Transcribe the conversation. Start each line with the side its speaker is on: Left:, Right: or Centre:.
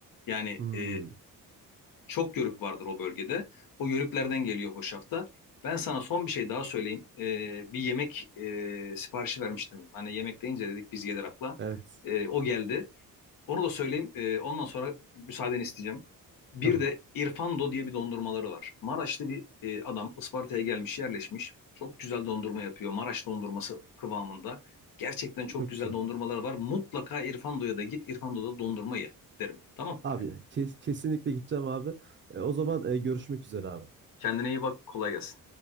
Left: Yani
Right: Hmm,
Left: e, çok yörük vardır o bölgede. O yörüklerden geliyor hoşafta. Ben sana son bir şey daha söyleyeyim. Ee, bir yemek e, siparişi vermiştim. Hani yemek deyince dedik biz gelir akla.
Right: evet.
Left: Ee, o geldi. Onu da söyleyeyim. Ee, ondan sonra müsaadeni isteyeceğim. Bir
Right: Tamam.
Left: de İrfando diye bir dondurmaları var. Maraşlı bir e, adam Isparta'ya gelmiş, yerleşmiş. Çok güzel dondurma yapıyor. Maraş dondurması kıvamında. Gerçekten çok
Right: Çok
Left: güzel
Right: güzel.
Left: dondurmaları var. Mutlaka İrfando'ya da git. İrfando'da dondurma ye derim. Tamam.
Right: Abi kes- kesinlikle gideceğim abi. E, o zaman e, görüşmek üzere abi.
Left: Kendine iyi bak. Kolay gelsin.